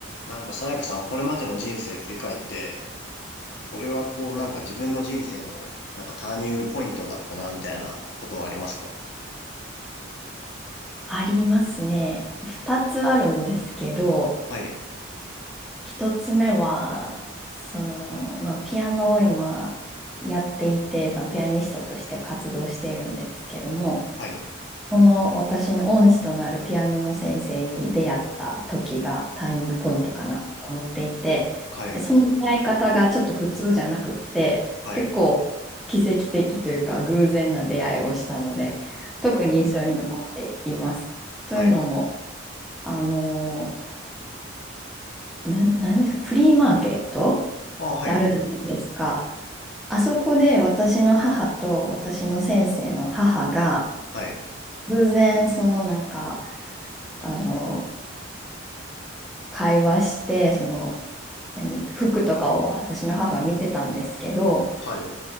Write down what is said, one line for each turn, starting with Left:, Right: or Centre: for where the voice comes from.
Left: なんか、さやかさん、これまでの人生振り返って、これはこう、なんか自分の人生の、なんかターニングポイントだったな、みたいなことはありますか
Centre: ありますね。二つあるんですけど、
Left: はい、
Centre: 一つ目は、その、まあ、ピアノを今やっていて、まあピアニストとして活動しているんですけども、
Left: はい、
Centre: この私の恩師となるピアノの先生に出会った時がターニングポイントかなと思っていて、
Left: はい、
Centre: でその出会い方がちょっと普通じゃなくって、
Left: はい、
Centre: 結構奇跡的というか偶然な出会いをしたので、特に印象に残っています。というのも、
Left: はい。
Centre: あの、なん、なんですか、フリーマーケットってあるじゃないですか。
Left: あ、はい、
Centre: あそこで私の母と私の先生の母が、
Left: はい、
Centre: 偶然そのなんか、あの、会話して、その、何、服とかを私の母が見てたんですけど、
Left: はい、